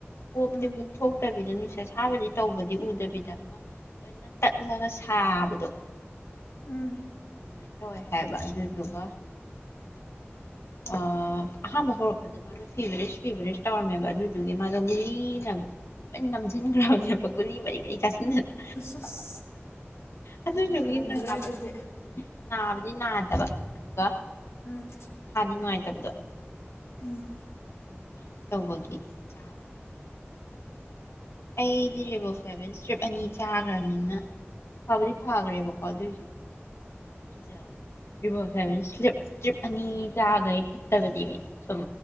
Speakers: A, on the left; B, on the left.
A: ꯄꯣꯞꯇꯤ
B: ꯎꯝ
A: ꯄꯣꯞꯊꯣꯛꯇꯕꯤꯗ ꯅꯨꯡꯁꯤꯠ ꯑꯁꯥꯕꯗꯤ ꯇꯧꯕꯗꯤ ꯎꯗꯕꯤꯗ ꯑꯃ ꯂꯣꯏꯅ ꯇꯠꯂꯒ ꯁꯥꯕꯗꯣ
B: ꯎꯝ꯫
A: ꯑꯗꯨꯃꯥꯏꯅ ꯇꯧꯋꯦ ꯍꯥꯏꯕ ꯑꯗꯨꯗꯨꯒ ꯑꯥ ꯑꯍꯥꯥꯟꯕ ꯍꯧꯔꯛꯄꯗ ꯃꯥꯗꯣ ꯐꯤꯚꯔꯦꯁ ꯐꯤꯚꯔꯦꯁ ꯇꯧꯔꯝꯃꯦꯕ ꯑꯗꯨꯗꯨꯒꯤ ꯃꯥꯗꯣ ꯒꯨꯂꯤꯅ ꯂꯣꯢ ꯅꯝꯁꯤꯟꯈ꯭ꯔꯥꯕꯅꯦꯕ ꯒꯨꯂꯤ ꯃꯔꯤ ꯃꯔꯤ ꯆꯥꯁꯤꯟꯗꯅ
B: ꯑꯁ ꯑꯁ
A: ꯑꯗꯨ ꯅꯥꯕꯨ
B: ꯐꯔꯝꯈꯤꯗ꯭ꯔꯥ
A: ꯍꯦꯟꯅ ꯅꯥꯕꯅꯦ
B: ꯑꯗꯨꯗꯤ
A: ꯅꯥꯕꯗꯤ ꯅꯥꯗꯕ ꯑꯗꯨꯒ
B: ꯎꯝ꯫
A: ꯁꯥꯗꯤ ꯅꯨꯡꯉꯥꯏꯇꯕꯗꯣ
B: ꯎꯝ꯫
A: ꯑꯗꯨꯃꯥꯏꯅ ꯇꯧꯕꯒꯤ ꯆꯥꯗꯕꯥ ꯑꯩꯗꯤ ꯔꯦꯚꯣ ꯐ꯭ꯂꯥꯚꯤꯟ ꯏꯁ꯭ꯠꯔꯤꯞ ꯑꯅꯤ ꯆꯥꯈ꯭ꯔꯥꯅꯤꯅ ꯐꯥꯕꯗꯤ ꯐꯥꯈ꯭ꯔꯦꯕꯀꯣ ꯑꯗꯨꯏꯁꯨ ꯀꯤꯖꯥꯕ ꯔꯦꯚꯣ ꯐ꯭ꯂꯥꯚꯤꯟ ꯁ꯭ꯠꯔꯤꯞ ꯇ꯭ꯔꯤꯞ ꯑꯅꯤ ꯆꯥꯈꯩ ꯐꯠꯇꯕꯅꯤꯃꯦ ꯁꯨꯝ